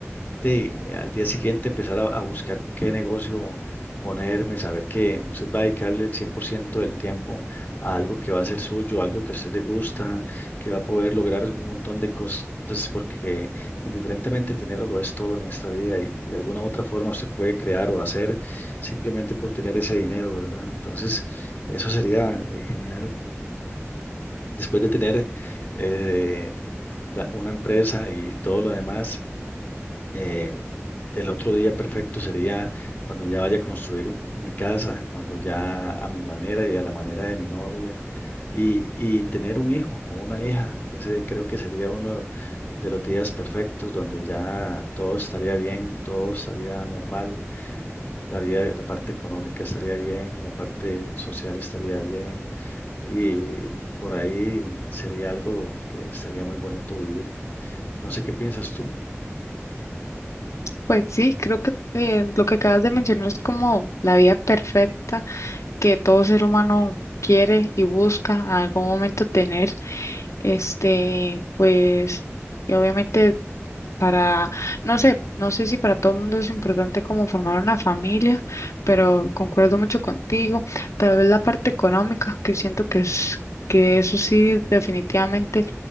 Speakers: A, on the left; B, on the left.
A: de al día siguiente empezar a, a buscar qué negocio ponerme, saber que usted va a dedicarle el 100% del tiempo a algo que va a ser suyo, algo que a usted le gusta, que va a poder lograr un montón de cosas, porque indiferentemente el dinero lo es todo en esta vida y de alguna u otra forma se puede crear o hacer simplemente por tener ese dinero, ¿verdad? Entonces, eso sería eh, genial. Después de tener eh, la- una empresa y todo lo demás eh, el otro día perfecto sería cuando ya vaya a construir mi casa, cuando ya a mi manera y a la manera de mi novia, y, y tener un hijo o una hija. Ese creo que sería uno de los días perfectos donde ya todo estaría bien, todo estaría normal, la vida, la parte económica estaría bien, la parte social estaría bien, y por ahí sería algo que estaría muy bonito vivir. No sé qué piensas tú.
B: Pues sí, creo que eh, lo que acabas de mencionar es como la vida perfecta que todo ser humano quiere y busca en algún momento tener. Este, pues, y obviamente para, no sé, no sé si para todo el mundo es importante como formar una familia, pero concuerdo mucho contigo. Tal vez la parte económica, que siento que es, que eso sí, definitivamente